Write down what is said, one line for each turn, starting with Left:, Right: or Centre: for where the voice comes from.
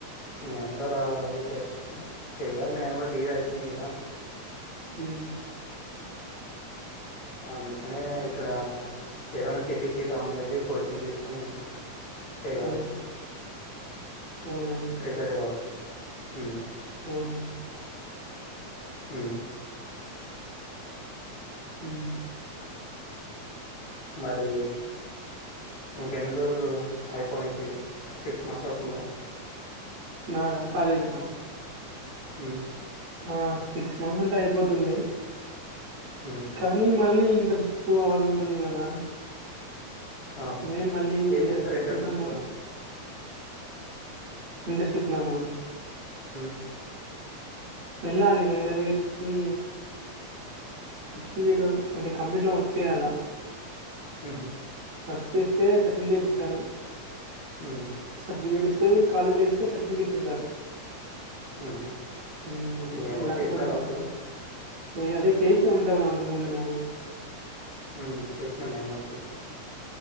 Left: నేను కూడా రా అదే చె. చెయ్యాలి నేను కూడా డిగ్రీ అయిపోయింది కదా.
Right: ఉమ్.
Left: అందుకనే ఇక్కడ ఏదైనా సిటీకి టౌన్ కి వెళ్ళి కోచింగ్ తీసుకొని. చెయ్యాలి.
Right: ఆ, అవునవును
Left: ప్రిపేర్ కావాలి ఉమ్మ్.
Right: ఉమ్.
Left: ఉమ్.
Right: ఉమ్.
Left: మరి. ఇంక ఎన్ని రోజులు ఐపోనింకే సిక్స్ మంత్స్ అవుతుందా.
Right: నాదా కాలేజా.
Left: ఉహూ.
Right: ఆహ్ సిక్స్ మంత్స్ ఉంటే అయిపోతుంది.
Left: హ్మ్.
Right: కానీ మళ్ళీ ఇంటర్న్షిప్ అవన్నీ ఉంటుంది కదా.
Left: ఆహా!
Right: నేను మళ్ళీ
Left: ఏం
Right: ఇంటర్షిప్
Left: జేస్తారు ఇంటర్న్‌షిప్‌లో?
Right: కోసం మళ్లీ. ఇంటర్షిప్ లోనా.
Left: ఉమ్.
Right: వెళ్లాలి వేరే దగ్గరికి. సర్టిఫికేట్ అంటే కంప్యూటర్ లో వర్క్ చేయాలా.
Left: ఉహూ.
Right: వర్క్ చేస్తే సర్టిఫికేట్ ఇస్తారు
Left: హ్మ్.
Right: సర్టిఫికేట్ ఇస్ తే కాలేజీ లో ఇస్తే సర్టిఫికెట్ ఈజారు
Left: హుహు.
Right: హ్మ్ అందుకనే
Left: నేను కూడా
Right: దాన్
Left: చేసిన
Right: కోసమే
Left: అలా అప్పుడు
Right: అదే చేసే ఉంటవ అంతకు ముందు నువ్వు
Left: ఉమ్ చేశిన నేవో చేశిన